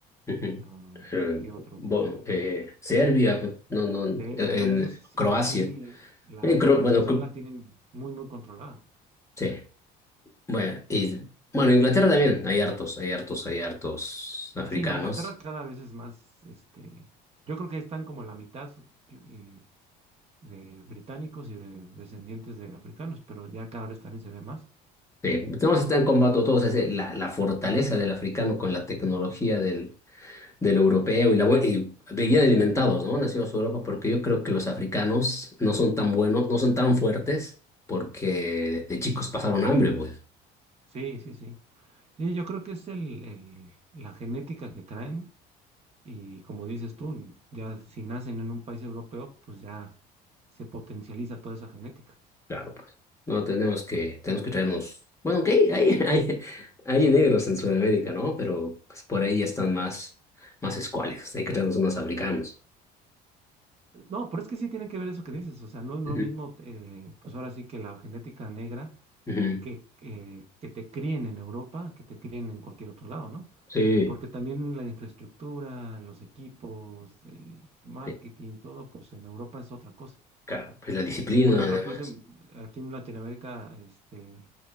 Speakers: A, on the left; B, on the right.
A: ujú.
B: am,
A: Eh,
B: ¿qué otro?
A: bo- eh, Serbia, no, no, en,
B: Serbia,
A: en
B: todo eso, sí,
A: Croacia.
B: sí, la,
A: En
B: la
A: Cro-
B: migración
A: bueno, Cro-
B: la tienen muy, muy controlada.
A: sí. Bueno, y, bueno, Inglaterra también, hay hartos, hay hartos, hay hartos africanos.
B: Sí, no, Inglaterra cada vez es más, este, yo creo que están como la mitad yo- eh, de británicos y de descendientes de africanos, pero ya cada vez también se ve más.
A: Sí, tenemos están en todos, ese la, la fortaleza del africano con la tecnología del, del europeo y, la, bu- y vivían alimentados, ¿no? Nacidos en Europa, porque yo creo que los africanos no son tan buenos, no son tan fuertes, porque de chicos pasaron hambre, pues.
B: Sí, sí, sí. Sí, yo creo que es el, el- la genética que traen y como dices tú, ya si nacen en un país europeo, pues ya se potencializa toda esa genética.
A: Claro, pues. No, tenemos que, tenemos que traernos. Bueno, ok, hay, hay, hay negros en Sudamérica, ¿no? Pero pues, por ahí ya están más, más escuálidos, hay que traernos unos africanos.
B: No, pero es que sí tiene que ver eso que dices, o sea, no es lo
A: Ujú.
B: mismo, eh, pues ahora sí que la genética negra
A: Ujú.
B: que, eh, que te críen en Europa, que te críen en cualquier otro lado, ¿no?
A: Sí,
B: Porque también la infraestructura, los equipos, el marketing,
A: sí,
B: todo, pues en Europa es otra cosa.
A: claro, pues la disciplina,
B: Por ejemplo,
A: además.
B: aquí, se- aquí en Latinoamérica, este,